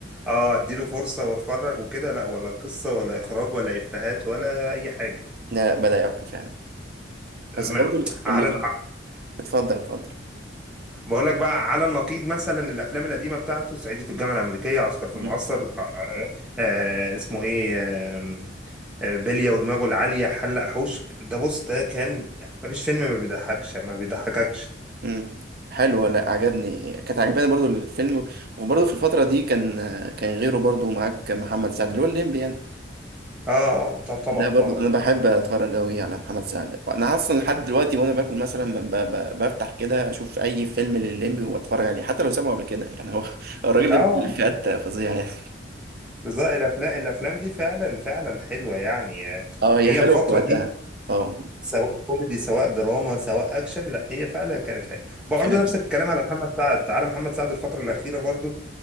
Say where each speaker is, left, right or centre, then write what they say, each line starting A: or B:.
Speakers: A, in the centre; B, on the right.
A: اه اديله فرصه واتفرج وكده لا ولا قصه ولا اخراج ولا افيهات ولا اي حاجه
B: لا بدأ يعق فعلا بس
A: ما-
B: برضو
A: على
B: اللي اتفضل اتفضل
A: بقول لك بقى على النقيض مثلا الافلام القديمه بتاعته صعيدي في الجامعه الامريكيه عسكر في
B: مم.
A: المعسكر آه آه آه، اسمه ايه آه آه، بليه ودماغه العاليه حلق حوش ده بص ده كان مفيش فيلم ما بيضحكش ما بيضحككش
B: مم. حلو لا عجبني كانت عجباني برضو الفيلم وبرضو في الفترة دي كان كان غيره برضو معاك محمد سعد اللي هو الليمبي يعني
A: اه اه طب طبعا
B: ده برضو
A: طبعا
B: انا بحب اتفرج قوي على محمد سعد انا اصلا لحد دلوقتي وانا باكل مثلا ب... ب... بفتح كده اشوف اي فيلم للليمبي واتفرج عليه حتى لو سامعه قبل كده يعني هو <laughs> هو الراجل
A: اه
B: ده
A: آه،
B: بيقول افيهات فظيعة يعني
A: بالظبط الافلام الافلام دي فعلا فعلا حلوه يعني آه،
B: اه هي
A: هي
B: حلوة
A: الفتره
B: في وقتها
A: دي
B: اه
A: سواء كوميدي سواء دراما سواء اكشن لا هي فعلا كانت حلوه برضه
B: فعلا
A: نفس الكلام على محمد سعد تعالى محمد سعد الفتره الاخيره برضه